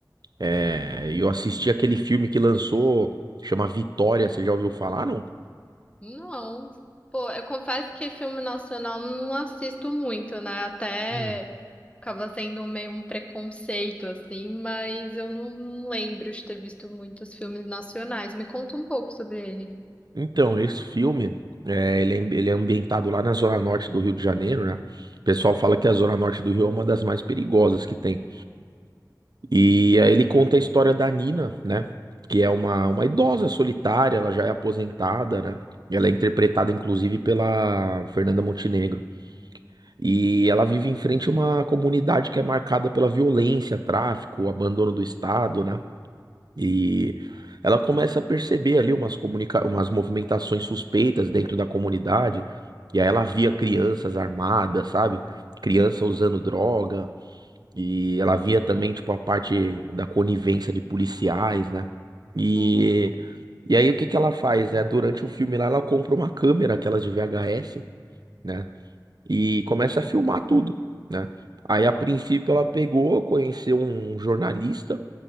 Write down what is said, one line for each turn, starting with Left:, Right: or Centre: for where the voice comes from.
Right: é, e eu assisti aquele filme que lançou, chama Vitória. Você já ouviu falar, não?
Left: Não. Pô, eu confesso que filme nacional não assisto muito, né? Até
Right: Hum.
Left: acaba sendo meio um preconceito, assim, mas eu não lembro de ter visto muitos filmes nacionais. Me conta um pouco sobre ele.
Right: Então, esse filme, é, ele, é, ele é ambientado lá na Zona Norte do Rio de Janeiro, né? O pessoal fala que a Zona Norte do Rio é uma das mais perigosas que tem. E aí ele conta a história da Nina, né? Que é uma, uma idosa solitária, ela já é aposentada, né? Ela é interpretada, inclusive, pela Fernanda Montenegro. E ela vive em frente a uma comunidade que é marcada pela violência, tráfico, abandono do Estado, né? E ela começa a perceber ali umas, comunica umas movimentações suspeitas dentro da comunidade. E aí ela via crianças armadas, sabe? Criança usando droga. E ela via também, tipo, a parte da conivência de policiais, né? E,
Left: Uhum.
Right: e aí o que que ela faz? É, durante o filme lá, ela compra uma câmera, aquelas de VHS, né? E começa a filmar tudo, né? Aí,
Left: Ó,
Right: a princípio, ela pegou, conheceu um jornalista,